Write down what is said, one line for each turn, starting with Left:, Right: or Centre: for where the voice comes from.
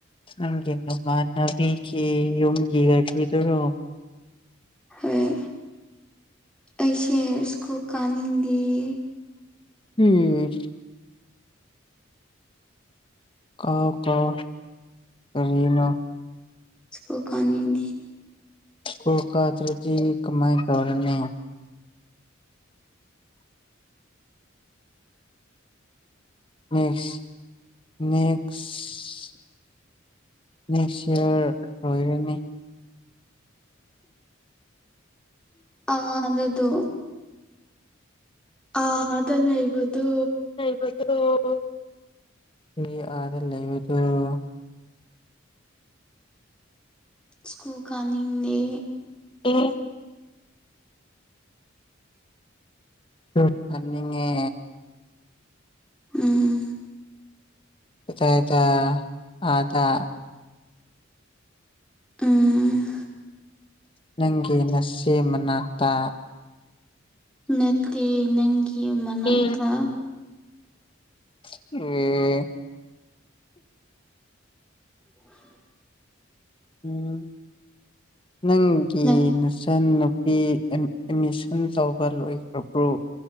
Left: ꯅꯪꯒꯤ ꯅꯃꯥꯟꯅꯕꯤꯒꯤ ꯌꯨꯝꯒꯤ ꯒꯥꯔꯤꯗꯨꯔꯣ
Centre: ꯍꯣꯏ ꯑꯩꯁꯦ ꯁ꯭ꯀꯨꯜ ꯀꯥꯅꯤꯡꯗꯤꯌꯦ
Left: ꯍꯨꯝ ꯀꯥꯎ ꯀꯥꯎ ꯀꯔꯤꯅꯣ
Centre: ꯁ꯭ꯀꯨꯜ ꯀꯥꯅꯤꯡꯗꯦ
Left: ꯁ꯭ꯀꯨꯜ ꯀꯥꯗ꯭ꯔꯥꯗꯤ ꯀꯃꯥꯏ ꯇꯧꯔꯅꯤ ꯅꯦꯛꯁ ꯅꯦꯛꯁ ꯅꯦꯛꯁ ꯏꯌꯔ ꯂꯣꯏꯔꯅꯤ
Centre: ꯑꯥ ꯗꯨꯗꯣ ꯑꯗꯥ ꯂꯩꯕꯗꯣ
Left: ꯕꯗꯣ ꯃꯤ ꯑꯗꯥ ꯂꯩꯕꯗꯣ
Centre: ꯁ꯭ꯀꯨꯜ ꯀꯥꯅꯤꯡꯅꯦ
Left: ꯑꯦ ꯔꯨꯞ ꯊꯥꯛꯅꯤꯡꯉꯦ
Centre: ꯎꯝ꯫
Left: ꯀꯗꯥꯢꯗ ꯑꯗꯥ
Centre: ꯎꯝ꯫
Left: ꯅꯪꯒꯤ ꯅꯥꯁꯦ ꯃꯅꯥꯛꯇ
Centre: ꯅꯠꯇꯦ ꯅꯪꯒꯤ ꯃꯅꯥꯛꯇ
Left: ꯑꯦ <inaudible>
Centre: <inaudible>
Left: ꯎꯝ ꯅꯪꯒꯤ
Centre: ꯅꯪ
Left: ꯅꯆꯥꯟꯅꯨꯞ ꯑꯦ ꯑꯦꯠ ꯑꯦꯠꯃꯤꯁꯟ ꯇꯧꯕ ꯂꯣꯏꯈ꯭ꯔꯕ꯭ꯔꯣ